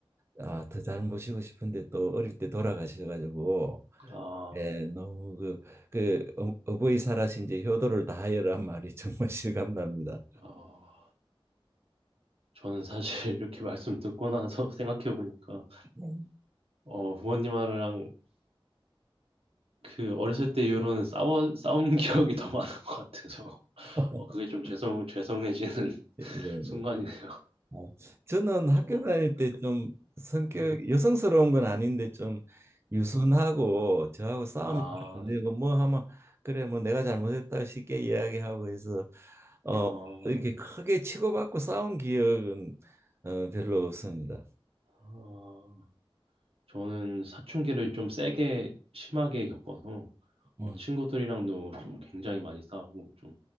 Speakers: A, on the right; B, on the right.
A: 아 더 잘 모시고 싶은데 또 어릴 때 돌아가셔가지고
B: 아,
A: 예,
B: 네.
A: 너무 그, 그 어, 어버이 살아신 이제 효도를 다하여란 말이 <laughs> 정말 실감납니다.
B: 어, 저는 사실 <laughs> 이렇게 말씀 듣고 나서 <laughs> 생각해 보니까
A: 네.
B: 어, 부모님이랑 그 어렸을 때 이후로는 싸워 싸운 <laughs> 기억이 더 많은 것 같아서
A: <laughs>
B: 어, 그게 좀 죄송 죄송해지는 <laughs>
A: 예, 네.
B: 순간이네요.
A: 네. 아, 저는 학교
B: 저,
A: 다닐 때
B: 네,
A: 좀 성격
B: 네,
A: 여성스러운 건 아닌데 좀 유순하고
B: 네.
A: 저하고 싸움이
B: 아,
A: 잘안 되고
B: 네.
A: 뭐 하면 그래 뭐 내가 잘못했다 쉽게 이야기하고 해서 어
B: 어,
A: 이렇게
B: 네.
A: 크게 치고받고 싸운 기억은 어, 별로 없습니다.
B: 아, 저는 사춘기를 좀 세게 심하게 겪어서 어,
A: 음.
B: 친구들이랑도 좀 굉장히 많이 싸우고 좀